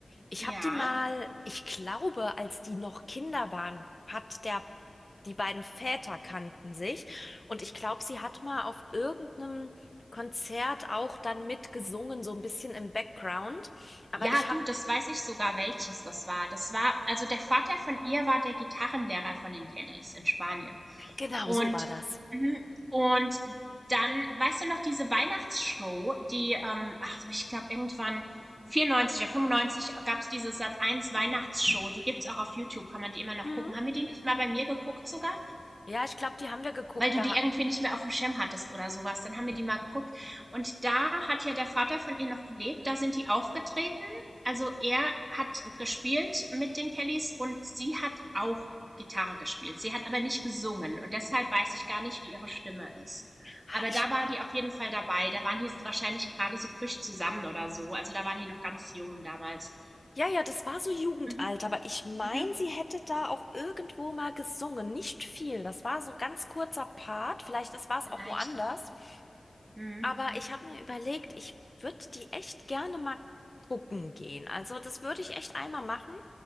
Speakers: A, on the left; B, on the right.
A: Ich
B: Ja.
A: habe die mal, ich glaube, als die noch Kinder waren, hat der, die beiden Väter kannten sich und ich glaube, sie hat mal auf irgendeinem Konzert auch dann mitgesungen, so ein bisschen im Background. Aber
B: Ja,
A: ich habe,
B: du, das weiß ich sogar, welches das war. Das war also der Vater von ihr war der Gitarrenlehrer von den Kellys in Spanien.
A: genau
B: Und
A: so war das.
B: mhm, und dann, weißt du noch, diese Weihnachtsshow, die, ähm, ach, ich glaube, irgendwann 94 oder 95 gab's diese Sat eins Weihnachtsshow. Die gibt's auch auf YouTube, kann man die immer noch
A: Mhm.
B: gucken. Haben wir die nicht mal bei mir geguckt sogar?
A: Ja, ich glaube, die haben wir geguckt.
B: weil du
A: Da,
B: die irgendwie nicht mehr auf dem Schirm hattest oder sowas. Dann haben wir die mal geguckt. Und da hat ja der Vater von ihr noch gelebt. Da sind die aufgetreten. Also er hat gespielt mit den Kellys und sie hat auch Gitarre gespielt. Sie hat aber nicht gesungen. Und deshalb weiß ich gar nicht, wie ihre Stimme ist.
A: Ah,
B: Aber
A: ich
B: da war die auf jeden Fall dabei. Da waren die wahrscheinlich gerade so frisch zusammen oder so. Also da waren die noch ganz jung damals.
A: Ja, ja, das war so Jugendalter,
B: Mhm,
A: aber ich meine,
B: mhm.
A: sie hätte da auch irgendwo mal gesungen. Nicht viel. Das war so ganz kurzer Part. Vielleicht das war es
B: Vielleicht.
A: auch woanders.
B: Mhm.
A: Aber ich habe mir überlegt, ich würde die echt gerne mal gucken gehen. Also das würde ich echt einmal machen.